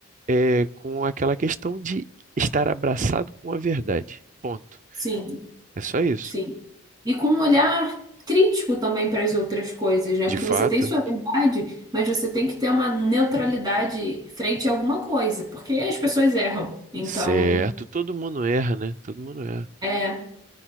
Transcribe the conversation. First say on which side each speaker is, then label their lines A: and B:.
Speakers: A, on the right; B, on the right.
A: eh, com aquela questão de estar abraçado com a verdade. Ponto.
B: sim,
A: É só isso.
B: sim. E com um olhar crítico também para as outras coisas, né?
A: De
B: Porque
A: fato,
B: você tem sua verdade, mas você tem que ter uma neutralidade frente a alguma coisa, porque as pessoas erram. Então,
A: certo, todo mundo erra, né? Todo mundo erra.
B: é,